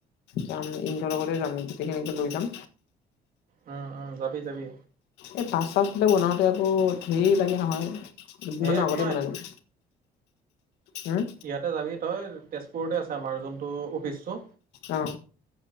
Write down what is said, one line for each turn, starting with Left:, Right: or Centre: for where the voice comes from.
Left: যাম ইহতৰ লগতে যাম গোটেইখিনি লৈ যাম।
Right: উম উম যাবি যাবি।
Left: এই পাচ চাছবিলাক বনাওঁতে আকৌ ধেৰ লাগে নহয় দুদিনমানৰ
Right: হেই একো
Left: আগতেই
Right: নাই
Left: বনাই লম। ওম।
Right: ইয়াতে যাবি তই তেজপুৰতে আছা আমাৰ যোনটো অফিচটো।
Left: অ